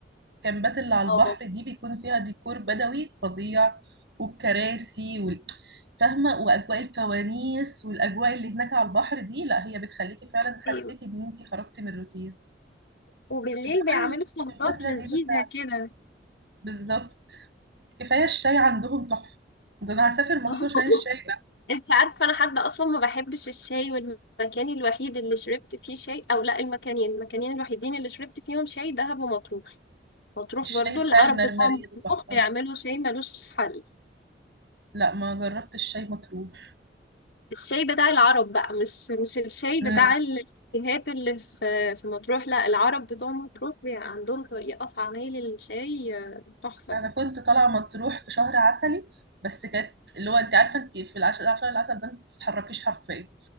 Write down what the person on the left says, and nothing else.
اه
ايوه
وبالليل
بيعملوا سهرات
لذيذة
كده
<laughs>
انت عارفة انا حد اصلا ما بحبش الشاي والمكان الوحيد اللي شربت فيه شاي او لا المكانين المكانين الوحيدين اللي شربت فيهم شاي دهب ومطروح مطروح
برضو
العرب
بتوع مطروح
بيعملوا شاي ملوش حل
الشاي بتاع العرب بقى مش مش الشاي
بتاع الكافيهات اللي في في مطروح لا العرب بتوع مطروح بي- عندهم طريقة في عمايل الشاي آه، تحفة